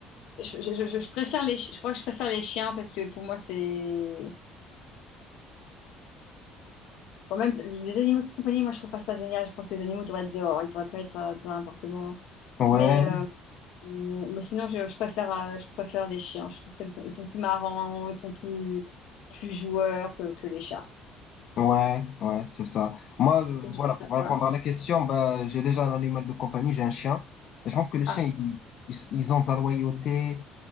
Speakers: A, on the left (about 70°); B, on the left (about 55°).
A: je, je- je- je préfère les, chi- je crois que je préfère les chiens parce que pour moi, c'est. Bon, même t- les animaux de compagnie, moi, je trouve pas ça génial. Je pense que les animaux devraient être dehors, ils devraient pas être euh, dans un appartement.
B: Ouais.
A: Mais euh, Mm, bon, sinon, je, je préfère, euh, je préfère les chiens. Je trouve ça qu'ils sont, ils sont plus marrants, ils sont plus, plus joueurs que, que les chats.
B: Ouais, ouais, c'est ça. Moi, euh,
A: Peut-être
B: voilà, pour
A: que je-
B: répondre
A: Quoi?
B: à la question, bah, j'ai déjà un animal de compagnie, j'ai un chien. Et je pense que les chiens,
A: Ah,
B: ils, ils, ils ont de la loyauté.